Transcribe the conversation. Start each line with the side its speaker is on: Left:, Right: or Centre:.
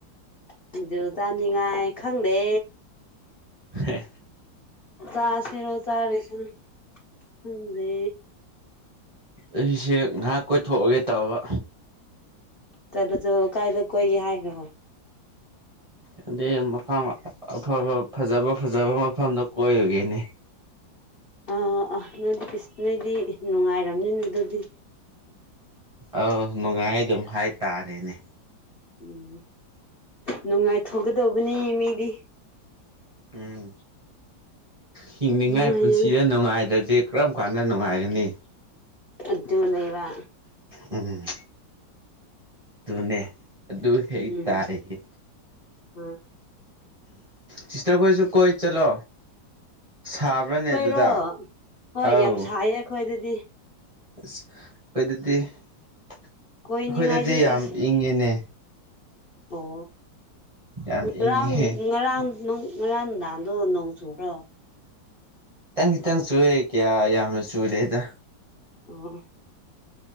Left: ꯁꯤꯡꯖꯨ ꯆꯥꯅꯤꯡꯉꯥꯏ ꯈꯪꯗꯦ
Right: ꯍꯦ
Left: ꯆꯥꯁꯔꯣ ꯆꯥꯔꯦꯁꯤꯅ ꯈꯪꯗꯦ
Right: ꯑꯩꯁꯦ ꯉꯥꯏꯍꯥꯛ ꯀꯣꯏꯊꯣꯛꯑꯒꯦ ꯇꯧꯕ
Left: ꯆꯠꯂꯣ ꯆꯠꯂꯣ ꯀꯥꯏꯗ ꯀꯣꯏꯒꯦ ꯍꯥꯏꯅꯣ
Right: ꯑꯗꯨꯗꯤ ꯃꯐꯝ ꯑꯐꯕ ꯐꯖꯕ ꯐꯖꯕ ꯃꯐꯝꯗꯣ ꯀꯣꯏꯔꯨꯒꯦꯅꯦ
Left: ꯑꯥ ꯑꯥ ꯅꯣꯏꯗꯤ ꯅꯣꯏꯗꯤ ꯅꯨꯡꯉꯥꯏꯔꯝꯅꯤꯅꯦ ꯑꯗꯨꯗꯤ
Right: ꯑꯥꯎ ꯅꯨꯡꯉꯥꯏ ꯑꯗꯨꯝ ꯍꯥꯏꯇꯥꯔꯦꯅꯦ
Left: ꯎꯝ ꯅꯨꯡꯉꯥꯏꯊꯣꯛꯒꯗꯧꯕꯅꯤ ꯃꯤꯗꯤ
Right: ꯎꯝ ꯍꯤꯡꯅꯤꯡꯉꯥꯏ
Left: ꯅꯨꯡꯉꯥꯏꯅ
Right: ꯄꯨꯟꯁꯤꯗ ꯅꯨꯡꯉꯥꯏꯔꯗꯤ ꯀꯔꯝ ꯀꯥꯟꯅ ꯅꯨꯡꯉꯥꯏꯒꯅꯤ?
Left: ꯑꯗꯨꯅꯦꯕ
Right: ꯎꯝ ꯎꯝ ꯑꯗꯨꯅꯦ ꯑꯗꯨ ꯍꯦꯛ
Left: ꯎꯝ
Right: ꯇꯥꯏꯌꯦ
Left: ꯍꯣꯏ
Right: ꯁꯤꯁꯇꯔ ꯈꯣꯏꯁꯨ ꯀꯣꯏ ꯆꯠꯂꯣ ꯁꯥꯕ꯭ꯔꯅꯦ
Left: ꯀꯣꯏꯔꯣ
Right: ꯑꯗꯨꯗ
Left: ꯍꯣꯏ
Right: ꯑꯧ
Left: ꯌꯥꯝ ꯁꯥꯏꯌꯦ ꯑꯩꯈꯣꯏꯗꯗꯤ
Right: ꯑꯁ ꯑꯩꯈꯣꯏꯗꯗꯤ ꯑꯩꯈꯣꯏꯗꯗꯤ
Left: ꯀꯣꯏꯅꯤꯡꯉꯥꯏꯗꯤ
Right: ꯌꯥꯝ
Left: ꯑꯁ
Right: ꯏꯪꯉꯤꯅꯦ꯫
Left: ꯑꯣ
Right: ꯌꯥꯝ
Left: ꯉꯔꯥꯡ
Right: ꯏꯪꯉꯤꯍꯦ
Left: ꯉꯔꯥꯡ ꯅꯣꯡ ꯉꯔꯥꯡ ꯅꯨꯡꯗꯥꯡꯗꯣ ꯅꯣꯡ ꯆꯨꯕ꯭ꯔꯣ?
Right: ꯈꯤꯇꯪ ꯈꯤꯇꯪ ꯆꯨꯌꯦ ꯀ꯭ꯌꯥ ꯌꯥꯝꯅ ꯆꯨꯗꯦꯗ꯫
Left: ꯑꯣ